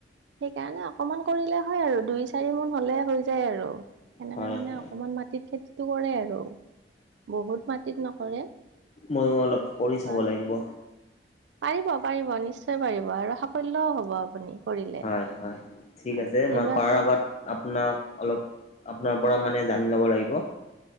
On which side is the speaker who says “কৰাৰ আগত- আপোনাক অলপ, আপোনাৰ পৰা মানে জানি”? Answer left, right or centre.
Left